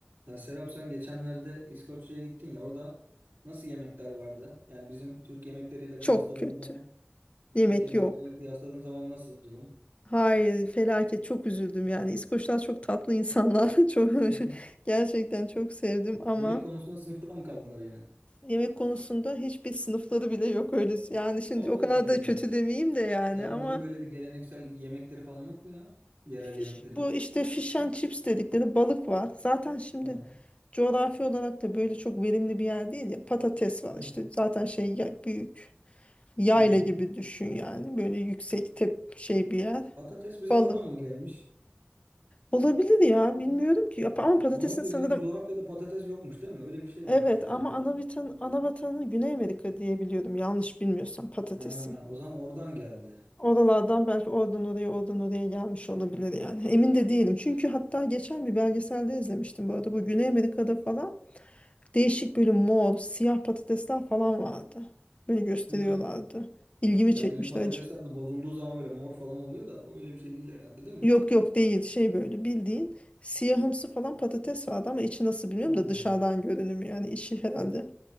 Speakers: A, on the right; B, on the left.
A: Ya Serap sen geçenlerde İskoçya'ya gittin ya orada nasıl yemekler vardı? Yani bizim Türk yemekleriyle kıyasladığın
B: Çok kötü.
A: zaman
B: Yemek
A: Türk yemekleriyle
B: yok.
A: kıyasladığın zaman nasıl durum?
B: Hayır, felaket. Çok üzüldüm yani. İskoçlar çok tatlı insanlar. <laughs> Çok
A: Hı.
B: gerçekten çok sevdim ama
A: Yemek konusunda sınıfta mı kaldılar yani?
B: yemek konusunda hiçbir sınıfları bile yok öyle. Yani şimdi
A: Allah
B: o kadar
A: Allah.
B: da kötü demeyeyim de yani
A: Ya onların
B: ama
A: böyle bir geleneksel yemekleri falan yok mu ya? Yerel
B: fiş-
A: yemekleri.
B: bu işte fish and chips dedikleri balık var. Zaten şimdi
A: Tamam.
B: coğrafi olarak da böyle çok verimli bir yer değil ya. Patates var
A: Hı.
B: işte. Zaten şey ya- büyük yayla
A: Hı hı.
B: gibi düşün yani. Böyle yüksek tep şey bir yer.
A: Patates bize
B: Balık.
A: oradan mı gelmiş?
B: Olabilir ya bilmiyorum ki Yap- ama patatesin
A: Normalde
B: sanırım
A: bizim bu coğrafyada patates yokmuş değil mi? Öyle bir şey
B: evet
A: varmış yani.
B: ama ana vatan ana vatanı Güney Amerika diye biliyorum yanlış bilmiyorsam patatesin.
A: Ha, o zaman oradan geldi.
B: Oralardan belki oradan oraya oradan oraya gelmiş olabilir yani. Emin de değilim. Çünkü hatta geçen bir belgeselde izlemiştim bu arada. Bu Güney Amerika'da falan değişik böyle mor, siyah patatesler falan vardı. Böyle gösteriyorlardı.
A: Hı.
B: İlgimi
A: Ya
B: çekmişti
A: bizim patatesler
B: acı.
A: de bozulduğu zaman böyle mor falan oluyor da o öyle bir şey değil herhalde değil mi?
B: Yok yok değil şey böyle bildiğin siyahımsı falan patates vardı ama içi nasıl bilmiyorum
A: Allah
B: da dışarıdan
A: Allah.
B: görünümü yani içi herhalde